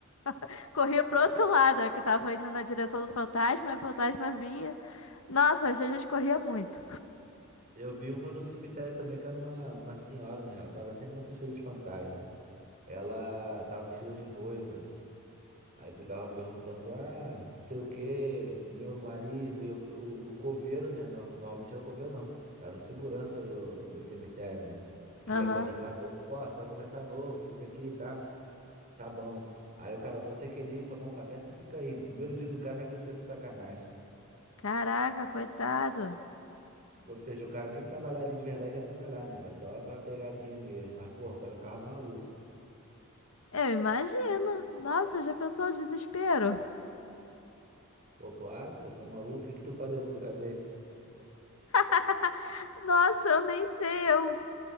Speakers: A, on the left; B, on the right.
A: <laughs> Corria pro outro
B: eu
A: lado, né, que tava indo na direção do fantasma, e o fantasma vinha. Nossa, a gente corria muito.
B: eu vi uma no cemitério também, que era uma, uma senhora, né? Ela tava sempre nessas coisas de fantasma. Ela tava vestida de noiva. Aí ficava perguntando, ah, não sei o quê, meu marido, e o, o, o coveiro, né? no- Normalmente era o coveiro, não. Era o segurança do, do cemitério, né? Que
A: Aham.
B: ia começar novo. Ó, você vai começar novo, fica aqui, tá? Tá bom. Aí o cara, vou ter que ir ali tomar um café, você fica aí. No primeiro dia do cara já acontecia essa sacanagem.
A: Caraca, coitado.
B: Ou seja, o cara nem trabalhar ali de verdade ia trabalhar, né? Era só pra pegadinha mesmo. Mas, porra, o cara ficava maluco.
A: Eu imagino. Nossa, já pensou o desespero?
B: Pô, claro, pô, tá maluco? O que que tu faria no lugar dele?
A: <laughs> Nossa, eu nem sei, eu,